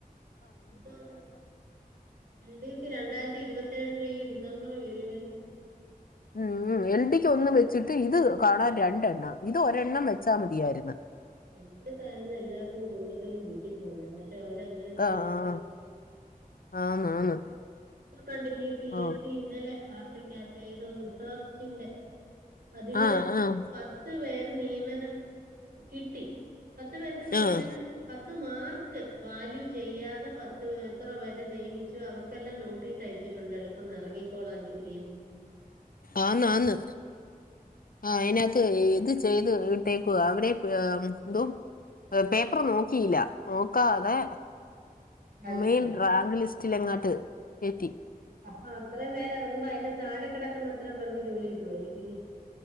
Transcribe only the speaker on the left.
ഉം ഉം എൽ ഡിക്ക് ഒന്ന് വെച്ചിട്ട് ഇത് കാണാൻ രണ്ടെണ്ണം ഇത് ഒരെണ്ണം വെച്ചാ മതിയായിര്ന്ന്.
ആഹ്
ആന്ന് ആന്ന്.
ഓ
ആഹ് ആഹ്
ആഹ്
ആന്ന് ആന്ന്. ആ അയ്നകത്ത് ഏയ്ത് ചൊ ചെയ്ത് ഇട്ടേക്കുവ. അവരെ പ് ന്തോ ഏ പേപ്പർ നോക്കിയില്ല. നോക്കാതെ
മെയ്ൻ
റാങ്ക് ലിസ്റ്റിലങ്ങാട്ട് എത്തി.